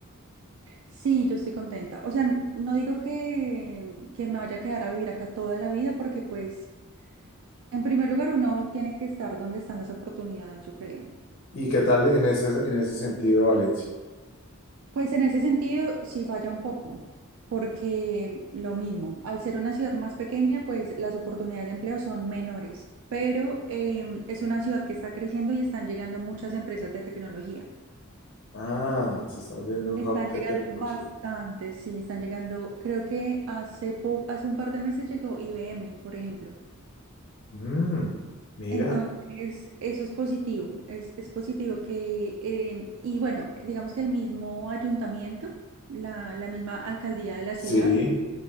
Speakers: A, on the right; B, on the left.
A: Sí, yo estoy contenta, o sea, n- no digo que, que me vaya a quedar a vivir acá toda la vida porque pues, en primer lugar, uno tiene que estar donde están las oportunidades, yo creo.
B: ¿Y qué tal en ese, en ese sentido Valencia?
A: Pues en ese sentido sí falla un poco, porque lo mismo, al ser una ciudad más pequeña, pues las oportunidades de empleo son menores, pero em, es una ciudad que está creciendo y están llegando muchas empresas de tecnología.
B: Ah, se está volviendo un
A: Están
B: hub de
A: llegando
B: tecnología.
A: bastantes, sí, están llegando, creo que hace, po- hace un par de meses llegó IBM, por ejemplo.
B: Mm, mira,
A: Entonces, eso es positivo, es, es positivo que, em, y bueno, digamos que el mismo ayuntamiento, la la misma alcaldía de la ciudad,
B: sí,